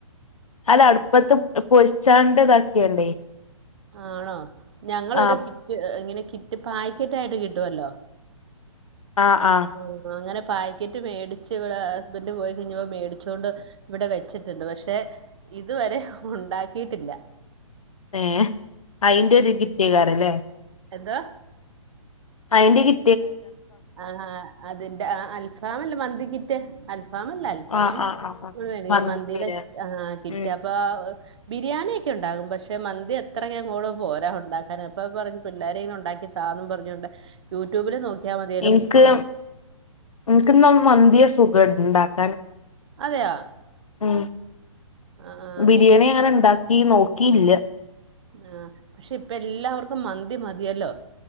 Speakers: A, on the left; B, on the right.
A: അല്ല അടുപ്പത്ത് പൊരിച്ചാണ്ട് ഇതാക്കിയണ്ടേ
B: ആണോ ഞങ്ങളൊരു
A: ആഹ്
B: കിറ്റ് ഇങ്ങനെ കിറ്റ് പായ ക്കറ്റായിട്ട് കിട്ടുവല്ലോ
A: ആഹ് ആഹ്
B: ആ അങ്ങനെ പാക്കറ്റ് മേടിച്ച് ഇവിടെ ഹസ്ബൻഡ് പോയി കഴഞ്ഞപ്പോ മേടിച്ചുകൊണ്ട് ഇവിടെ വെച്ചിട്ടുണ്ട് പക്ഷെ ഇതുവരെ ഉണ്ടാക്കിട്ടില്ല
A: ഏ അയിന്റെ ഒരു കിറ്റകാരല്ലേ
B: എന്താ
A: അയിൻ്റെ ഈ
B: ആഹഹ അതിന്റെ അൽഫാമല്ല മന്തി കിറ്റ് അ അ അൽഫാം അല്ല അൽഫാം
A: ആഹ് ആഹ് ആഹ് ആഹ്
B: ഹ്
A: മന്തിന്റെലേ
B: മന്തി ആ കിറ്റ്
A: ഉം
B: അപ്പോ ആ ബിരിയാണി ഒക്കെ ഉണ്ടാകും പക്ഷെ മന്തി അത്രക്കങ്ങോടെ പോരാ ഉണ്ടാക്കാൻ അപ്പൊ പറഞ്ഞു പിള്ളേര് ഇങ്ങനെ ഉണ്ടാക്കി താന്നും പറഞ്ഞോണ്ട് യൂട്യൂബില് നോക്കിയാ മതി
A: എനിക്ക് എനിക്ക് പ്പോ മന്തിയാ സുഖം ണ്ടാക്കാന്
B: അതെയോ
A: ഹാ
B: ആ
A: ബിരിയാണി
B: വീ
A: എങ്ങനെ ഇണ്ടാക്ക ീ നോക്കിയില്ല
B: ആ പക്ഷെ ഇപ്പ എല്ലാവർക്കും മന്തി മതിയല്ലോ